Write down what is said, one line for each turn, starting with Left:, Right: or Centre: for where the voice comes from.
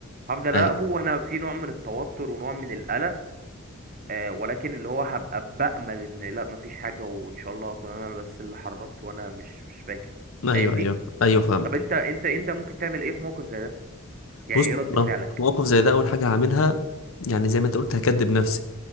Right: هفضل
Left: ايوه
Right: اراقبه وانا في نوع من التوتر ونوع من القلق آه ولكن اللي هو هبقى بأمل ان لا مفيش حاجة وان شاء الله اكون انا بس اللي حركت وانا مش مش فاكر فاهمني
Left: ايوه ايوه ايوه فاهمك
Right: طب انت انت انت ممكن تعمل ايه في موقف زي ده يعني
Left: بص
Right: ايه رد
Left: انا
Right: فعلك
Left: في موقف زي ده اول حاجه هعملها يعني زي ما انت قلت هكدب نفسي